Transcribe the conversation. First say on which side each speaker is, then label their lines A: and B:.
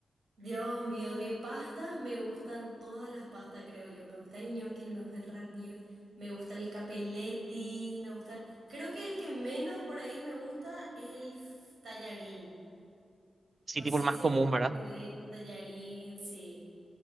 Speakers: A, on the right; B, on the right.
A: Dios mío, de pastas me gustan todas las pastas, creo yo. Me gusta el ñoquel, me gusta el ravioli, me gusta el capelletti, me gusta... Creo que el que menos por ahí me gusta es el f- tallarín.
B: Sí,
A: No
B: tipo
A: sé
B: el más
A: si
B: común,
A: es el
B: ¿verdad?
A: fideo, tallarín, sí.